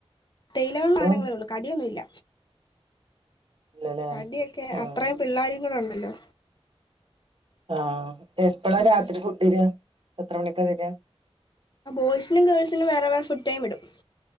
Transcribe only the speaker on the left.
തേയിലവെള്ളാണെങ്കിലെ
ഒള്ളൂ കടിയൊന്നു ഇല്ല
കടിയൊക്കെ
അത്രയും പിള്ളേരും കൂടെ ഉണ്ടല്ലോ
ഉം
ബോയ്സിനും ഗേൾസിനും വേറെ വേറെ ഫുഡ് ടൈംമിടും